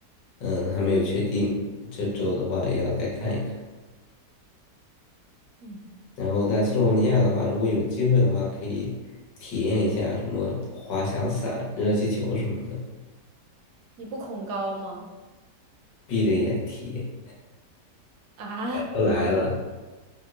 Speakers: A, on the left (about 80°); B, on the right (about 75°).
A: 嗯，还没有确定。这周的话也要再看一看。
B: 嗯，
A: 然后在斯洛文尼亚的话，
B: 好。
A: 如果有机会的话，可以体验一下什么滑翔伞、热气球什么的，
B: 你不恐高吗？
A: 闭着眼体验。
B: 啊，
A: 都来了，